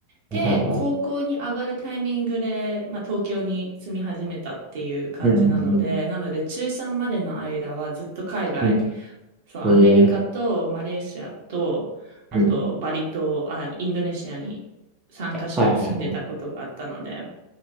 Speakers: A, on the right (about 50°); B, on the right (about 15°).
A: で、
B: はいは
A: 高校に上がるタイミングで、まあ、東京に住み始めたっていう感じなので、
B: い。うん。
A: なので、中3までの間はずっと海外、
B: うん。
A: そう、アメリカとマレーシアと、
B: えー
A: あと、
B: うん。
A: バリ島、あの、インドネシアに3カ所住んでたことがあったので、
B: はいはい。